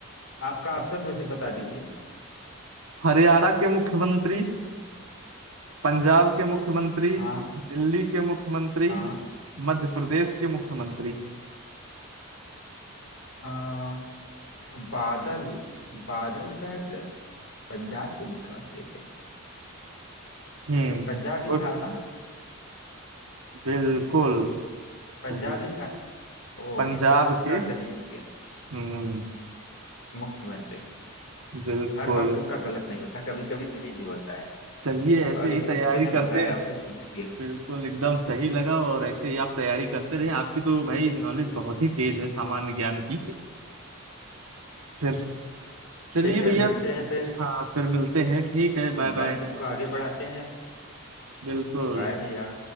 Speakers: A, on the left; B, on the right.
A: आपका ऑप्शन वैसे बता दीजिए
B: हरियाणा के मुख्यमंत्री पंजाब के मुख्यमंत्री
A: हाँ
B: दिल्ली के मुख्यमंत्री
A: हाँ
B: मध्य प्रदेश के मुख्यमंत्री
A: हाँ। बादल बादल शायद पंजाब के मुख्यमंत्री थे
B: हम्म
A: पंजाबी
B: सोच
A: था ना
B: बिल्कुल
A: पंजाबी
B: सही
A: था ओ
B: पंजाब
A: इस बार तुक्का
B: के
A: सही हो गया
B: हम्म
A: मुख्यमंत्री
B: बिल्कुल
A: हर बार तुक्का गलत नहीं होता कभी कभी सही भी होता है
B: चलिए ऐसे
A: और
B: ही
A: इस
B: तैयारी
A: तुक्के ने
B: करते
A: बताया
B: रह-
A: उसे सिद्ध किया
B: बिल्कुल एकदम सही लगा और ऐसे ही आप तैयारी करते रहे आपकी तो भाई नॉलेज बहुत ही तेज है सामान्य ज्ञान की फिर चलिए
A: ठीक है
B: भैया
A: मिलते हैं फिर
B: हाँ फिर मिलते हैं ठीक है
A: और
B: बाय
A: बातचीत
B: बाय
A: को आगे बढ़ाते हैं
B: बिल्कुल
A: बाय भैया